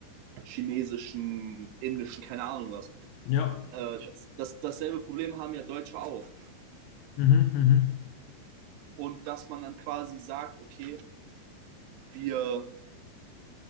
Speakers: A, on the right (about 80°); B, on the left (about 80°).
A: chinesischen, indischen, keine Ahnung was.
B: Ja.
A: Äh, das, das, dasselbe Problem haben ja Deutsche auch.
B: Mhm, mhm,
A: Und dass man dann quasi sagt, okay, wir